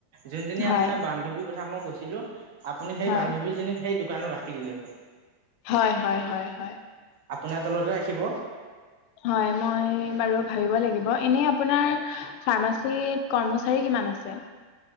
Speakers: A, on the right; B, on the left.
A: যোনজনী
B: হয়
A: আপোনাৰ বান্ধৱীৰ কথা মই কৈছিলো আপুনি সেই
B: হয়
A: বান্ধৱীজনী সেই দোকানত ৰাখ। কি দিলে হ'ল।
B: হয় হয় হয়।
A: আপোনাৰ তলতে ৰাখিব
B: হয় মই বাৰু ভাবিব লাগিব। এনে আপোনাৰ ফাৰ্মাচীত কৰ্মচাৰী কিমান আছে।